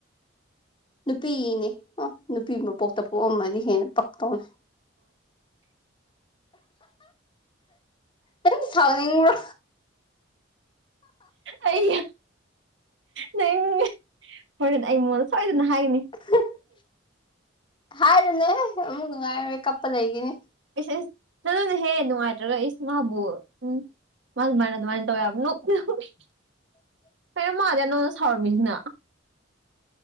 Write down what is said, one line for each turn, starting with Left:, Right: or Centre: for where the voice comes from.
Left: ꯅꯨꯄꯤꯅꯤ ꯑ ꯅꯨꯄꯤ ꯃꯄꯣꯛꯇ ꯄꯣꯛꯑꯝꯃꯗꯤ ꯍꯦꯟꯅ ꯄꯛꯇꯧꯅꯤ ꯅꯪꯪ ꯁꯥꯎꯅꯤꯡꯕ꯭ꯔꯣ
Right: ꯑꯩꯌꯥ ꯅꯪ ꯍꯣꯔꯦꯟ ꯑꯩ ꯃꯉꯣꯟꯗ ꯁꯣꯏꯗꯅ ꯍꯥꯏꯒꯅꯤ
Left: <unintelligible> ꯍꯥꯏꯔꯨꯅꯨꯍꯦ ꯑꯃꯨꯛ ꯅꯨꯡꯉꯥꯏꯔꯣꯏ ꯀꯞꯄ ꯂꯩꯒꯤꯅꯤ
Right: ꯏꯁ ꯏꯁ ꯆꯠꯂꯨ ꯅꯦꯍꯦ ꯅꯨꯡꯉꯥꯏꯇ꯭ꯔꯒ ꯏꯁ ꯃꯥꯕꯨ ꯎꯝ ꯃꯥꯅ ꯑꯗꯨꯃꯥꯏꯅ ꯑꯗꯨꯃꯥꯏꯅ ꯇꯧ ꯌꯥꯕ꯭ꯔꯣ ꯅꯣꯛꯅꯕꯒꯤ
Left: <inaudible>
Right: ꯀꯩꯅꯣ ꯃꯥ ꯑꯗꯨꯌꯥꯝ ꯅꯉꯣꯟꯅ ꯁꯥꯎꯔꯃꯤꯖꯤꯅ